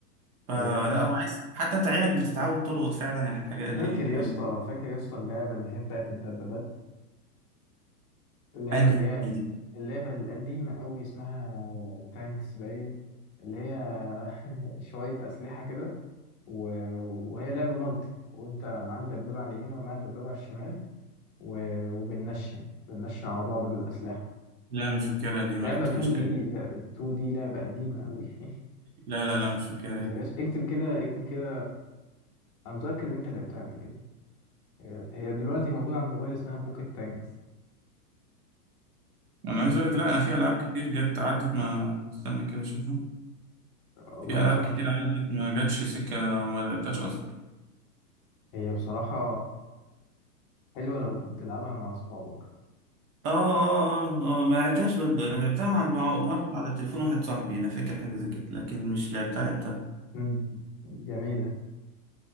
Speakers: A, on the right; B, on the left.
A: فلا
B: آه،
A: هو عايز حتى أنت عينك بتتعود تلقط فعلا الحاجات ال-
B: فاكر
A: الحاجات
B: يا اسطى
A: دي
B: فاكر يا اسطى اللعبة اللي هي بتاعت الدبابات اللعبة
A: أنهي
B: اللي هي
A: دي
B: اللعبة القديمة أوي اسمها تانكس باين اللي هي <laughs> شوية أسلحة كده و... وهي لعبة مالتي وأنت معاك دبابة على اليمين وأنا معايا دبابة على الشمال و... وبننشن بننشن على بعض بالأسلحة
A: لا مش فاكرها دي ما
B: لعبة
A: لعبتهاش
B: 2 دي
A: تاني
B: لا 2 دي لعبة قديمة أوي <laughs>
A: لا لا لا مش فاكرها
B: متنساهاش.
A: دي
B: اكتب كده اكتب كده أنا متأكد إن أنت لعبتها قبل كده هي هي دلوقتي موجودة على الموبايل اسمها بوكيت تانكس
A: أنا عايز أقول لك لا
B: اه
A: أنا في ألعاب كتير جت عدت ما استنى كده أشوفها
B: والله
A: في ألعاب
B: بصراحة
A: كتير عندك ما جاتش سكة وما لعبتهاش أصلا
B: هي بصراحة حلوة لو تلعبها مع أصحابك
A: اه اه اه آه، ما لعبتهاش برضه انا لعبتها عند مع- مرة على تليفون واحد صاحبي انا فاكر حاجة زي كده لكن مش لعبتها لعبتها
B: مم. جميلة